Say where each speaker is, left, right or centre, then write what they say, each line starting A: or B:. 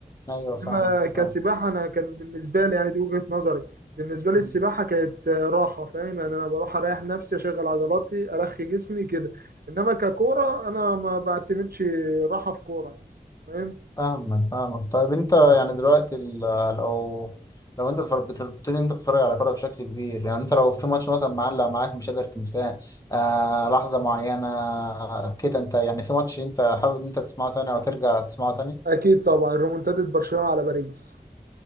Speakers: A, on the left; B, on the right.
A: ايوه
B: انما
A: فاهم فاهم
B: كسباحه انا كان بالنسبه لي يعني دي وجهه نظري بالنسبه لي
A: مم.
B: السباحه كانت آه، راحه فاهم يعني انا بروح اريح نفسي اشغل عضلاتي ارخي جسمي كده انما ككوره انا ما بعتمدش راحه في كوره يعني فاهم
A: فاهمك فاهمك طيب انت يعني دلوقتي ال- لو لو انت بتفر- بت- بتقول إن انت بتتفرج على كورة بشكل كبير يعني انت لو في ماتش مثلا معلق معاك مش قادر تنساه آه لحظة معينة كده انت يعني في ماتش انت حابب ان انت تسمعه تاني او ترجع تسمعه تاني
B: اكيد طبعا ريمونتادا برشلونه على باريس